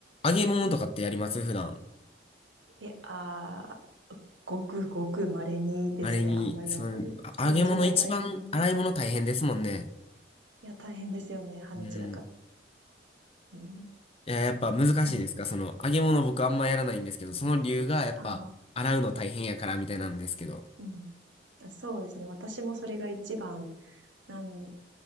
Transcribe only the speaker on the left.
揚げ物とかってやります普段。
あれに、
その、あ揚げ物一番洗い物大変ですもんね。
うん。
いや、やっぱ難しいですかその、
揚げ物僕あんまやらないんですけど、その理由がやっぱ、
洗うの大変やからみたいなんですけど。